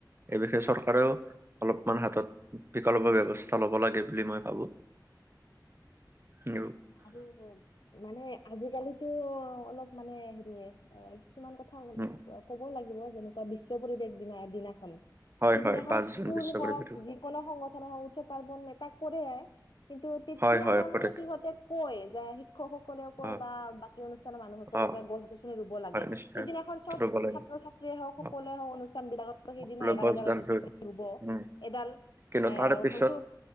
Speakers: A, on the right (about 35°); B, on the left (about 85°).
A: এই বিষয়ে চৰকাৰেও অলপমান হাতত বিকল্পৰ ব্যৱস্থা লব লাগে বুলি মই ভাবো। আৰু
B: অহ, আৰু মানে আজিকালিতো অলপ মানে হেৰিয়ে এ কিছুমান কথা
A: উম,
B: কব লাগিব, যেনেকুৱা বিশ্ব পৰিবেশ দিনা দিনাখন।
A: হয়
B: সেইদিনাখন
A: হয় পাঁচ
B: স্কুল
A: জুন বিশ্ব
B: হওক
A: পৰিৱেশ দিৱস
B: গণ সংগঠন উৎসৱ পাৰ্বণ নেতাক কৰে। কিন্তু তেতিয়া
A: হয় হয়
B: তাৰমানে
A: কৰে।
B: সিহঁতে কয় যে শিক্ষকসকলেও কয়
A: অ
B: বা সেই অনুষ্ঠানৰ মানুহসকলকে
A: অ
B: গছ গছনি ৰুব লাগে।
A: হয়, নিশ্চয়
B: সেইদিনাখন চব
A: ৰুব লাগে
B: ছাত্ৰ ছাত্ৰীয়ে হওক
A: অ,
B: কলে হওক, অনুষ্ঠান বিলাকত
A: সকলোৱে
B: সিদিনা এডাল
A: গছডাল
B: এডাল গছ
A: ৰুৱে
B: পুলি ৰুব,
A: উম,
B: এডাল
A: কিন্তু
B: এ
A: তাৰ পিছত
B: হয়তো